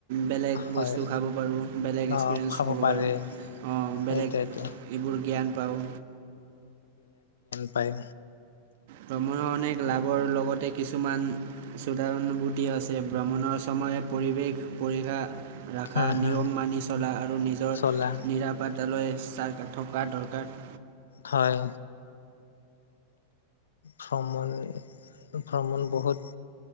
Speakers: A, on the right; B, on the left.
A: বেলেগ
B: হয়।
A: বস্তু খাব পাৰোঁ, বেলেগ এক্সপিৰিয়েঞ্চ
B: অ' খাব
A: হ'ব
B: পাৰে
A: পাৰোঁ অ',
B: সেইটোৱেতো।
A: বেলেগ এইবোৰ জ্ঞান পাওঁ।
B: নাপায়।
A: ভ্ৰমণৰ অনেক লাভৰ লগতে কিছুমান সুধাৰনভূতি আছে ভ্ৰমণৰ সময়ত পৰিৱেশ পৰিক্ষা ৰাখা
B: হম
A: নিয়ম
B: হম
A: মানি চলা আৰু নিজৰ
B: চলা
A: নিৰাপাত্তালৈ চাৰ <unintelligible> দৰকাৰ।
B: হয়। ভ্ৰমণ, ভ্ৰমণ বহুত